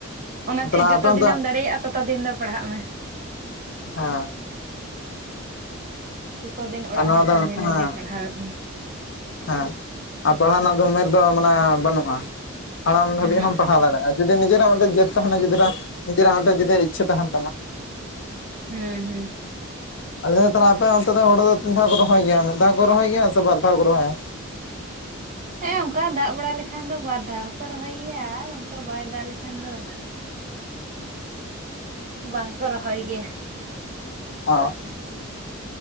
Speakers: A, on the right; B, on the left.
A: ᱚᱱᱟᱛᱮ
B: ᱛᱟᱦᱚᱞᱮ
A: ᱡᱚᱛᱚ
B: ᱟᱯᱮ
A: ᱫᱤᱱᱮᱢ
B: ᱫᱚ
A: ᱫᱟᱲᱮᱭᱟᱜᱼᱟ ᱛᱚᱛᱚ ᱫᱤᱱ ᱫᱚ ᱯᱟᱲᱦᱟᱜ ᱢᱮ᱾
B: ᱦᱮᱸᱼᱼ
A: ᱡᱚᱛᱚ ᱫᱤᱱ ᱚᱲᱟᱜ
B: ᱟᱨ ᱱᱚᱣᱟ
A: ᱦᱚᱲ
B: ᱫᱚ
A: ᱠᱚ ᱢᱮᱱᱟ
B: ᱦᱮᱸ
A: ᱡᱮ ᱯᱟᱲᱦᱟᱣᱚᱜ ᱢᱮᱼᱼ
B: ᱦᱮᱸ ᱟᱨ ᱯᱟᱲᱦᱟᱣ ᱨᱮᱱᱟᱜ ᱫᱚ ᱩᱢᱮᱨ ᱫᱚ ᱢᱟᱱᱮ ᱵᱟᱹᱱᱩᱜᱼᱟ ᱦᱟᱲᱟᱢ ᱫᱷᱟᱹᱵᱤᱡ
A: ᱩᱦᱩᱸᱜ
B: ᱦᱚᱢ ᱯᱟᱲᱦᱟᱣ ᱫᱟᱲᱮᱭᱟᱜᱼᱟ᱾ ᱡᱩᱫᱤ ᱱᱤᱡᱮᱨᱟᱜ ᱚᱱᱟᱛᱮ ᱡᱮᱛ ᱛᱟᱦᱮᱱᱟ ᱜᱤᱫᱽᱨᱟᱹ ᱱᱤᱡᱮᱨᱟᱜ ᱚᱨᱫᱷᱮᱠ ᱡᱩᱫᱤ ᱤᱪᱷᱟᱹ ᱛᱟᱦᱮᱱ ᱛᱟᱢᱟᱼᱼ
A: ᱦᱮᱸ ᱦᱮᱸ
B: ᱟᱞᱮ ᱫᱚᱞᱮ ᱟᱯᱮ ᱚᱱᱛᱮ ᱫᱚ ᱦᱩᱲᱩ ᱫᱚ ᱛᱤᱱ ᱫᱷᱟᱣ ᱠᱚ ᱨᱚᱦᱚᱭ ᱜᱮᱭᱟ ᱢᱤᱫ ᱫᱷᱟᱣ ᱠᱚ ᱨᱚᱦᱚᱭ ᱜᱮᱭᱟ ᱥᱮ ᱵᱟᱨ ᱫᱷᱟᱣ ᱠᱚ ᱨᱚᱦᱚᱭᱟ?
A: ᱦᱮᱸ ᱚᱱᱠᱟ ᱫᱟᱜ ᱵᱟᱲᱟ ᱞᱮᱠᱷᱟᱱ ᱫᱚ ᱵᱟᱨ ᱫᱷᱟᱣ ᱦᱚᱠᱚ ᱨᱚᱦᱚᱭ ᱜᱮᱭᱟ ᱟᱨ ᱚᱱᱠᱟ ᱵᱟᱭ ᱫᱟᱜ ᱞᱮᱠᱷᱟᱱ ᱫᱚ, ᱵᱟᱝᱠᱚ ᱨᱚᱦᱚᱭ ᱜᱮᱭᱟ᱾
B: ᱚ